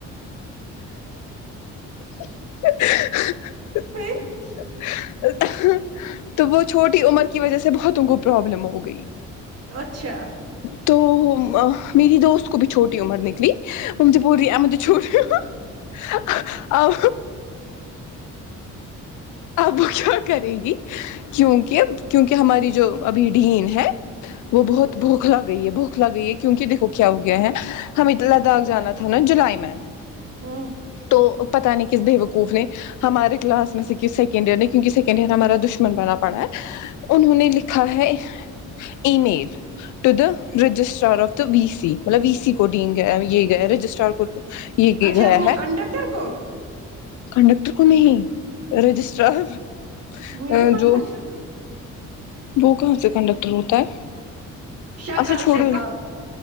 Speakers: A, on the left; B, on the right.
A: <unintelligible>
B: میں
A: تو وہ چھوٹی عمر کی وجہ سے بہتوں کو پرابلم ہو گئی
B: اچھا
A: تو م ہ میری دوست کو بھی چھوٹی عمر نکلی وہ مجھے بول رہی ہے آپ مجھے چھوڑ رہی ہو او اب وہ کیا کرے گی کیونکہ کیونکہ ہماری جو ابھی ڈین ہے وہ
B: ہوں
A: بہت بہت کوکھلا گئی ہے بوکھلا گئی ہے کیونکہ دیکھو کیا ہو گیا ہے ہمیں لداخ جانا تھا نا جولائی میں
B: ہوں
A: تو پتہ نہیں کس بیوقوف نے ہمارے کلاس میں سے کی سیکینڈ ایئر نے کیونکہ سیکنڈ ایئر ہمارا دشمن بنا پڑا ہے انہوں نے لکھا ہے email to the registrar of the V C مطلب وی سی کو ڈین گ یہ گئے رجسٹرار یہ کہ
B: اچھا
A: گیا
B: وہ
A: ہے
B: کنڈکٹر کو
A: کنڈکٹر کو نہیں رجسٹرار
B: وہ ہے نا کنڈکٹر
A: جو وہ کہاں سے کنڈکٹر ہوتا ہے
B: شکل
A: اچھا چھوڑو
B: سے پاک